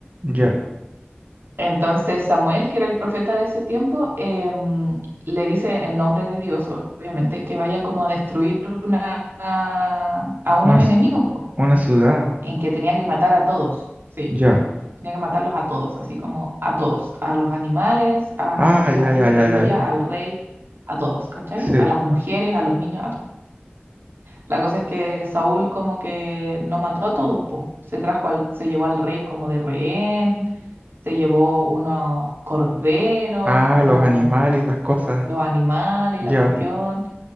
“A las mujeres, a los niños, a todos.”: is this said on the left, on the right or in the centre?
Right